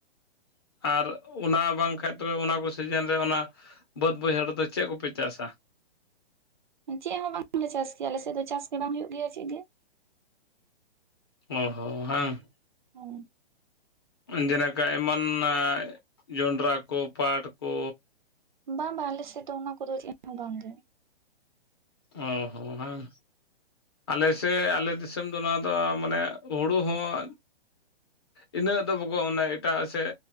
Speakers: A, on the left (about 25°); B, on the right (about 50°).
A: ᱟᱨ ᱚᱱᱟ ᱵᱟᱝᱠᱷᱟᱡ ᱛᱚᱵᱮ ᱚᱱᱟ ᱠᱚ ᱥᱤᱡᱤᱱ ᱨᱮ ᱚᱱᱟ ᱵᱟᱹᱫᱽ ᱵᱟᱹᱭᱦᱟᱹᱲ ᱨᱮ ᱪᱮᱫ ᱠᱚᱯᱮ ᱪᱟᱥᱟ?
B: ᱪᱮᱫ ᱦᱚᱸ ᱵᱟᱝᱞᱮ ᱪᱟᱥ ᱜᱮᱭᱟ ᱟᱞᱮ ᱥᱮᱫ ᱫᱚ ᱪᱟᱥ ᱜᱮ ᱵᱟᱝ ᱦᱩᱭᱩᱜ ᱜᱮᱭᱟ ᱪᱮᱫ ᱜᱮ ᱾
A: ᱚ ᱦᱚᱸ ᱦᱟ ᱾
B: ᱦᱩᱸ ᱾
A: ᱡᱮ ᱞᱮᱠᱟ ᱮᱢᱟᱱᱟᱜ ᱡᱚᱱᱰᱽᱨᱟ ᱠᱚ ᱯᱟᱴ ᱠᱚ
B: ᱵᱟᱝ ᱵᱟᱝ ᱟᱞᱮ ᱥᱮᱫ ᱫᱚ ᱚᱱᱟ ᱠᱚᱫᱚ ᱪᱮᱫ ᱦᱚᱸ ᱵᱟᱝ ᱜᱮ ᱾
A: ᱚ ᱦᱚᱸ ᱦᱟ ᱾ ᱟᱞᱮ ᱥᱮᱫ ᱟᱞᱮ ᱫᱤᱥᱚᱢ ᱫᱚ ᱱᱚᱣᱟ ᱫᱚ ᱢᱟᱱᱮ ᱦᱩᱲᱩ ᱦᱚᱸ
B: <unintelligible>
A: ᱤᱱᱟᱹᱜ ᱫᱚ ᱵᱩᱜᱚ ᱚᱱᱮ ᱮᱴᱟᱜ ᱥᱮᱫ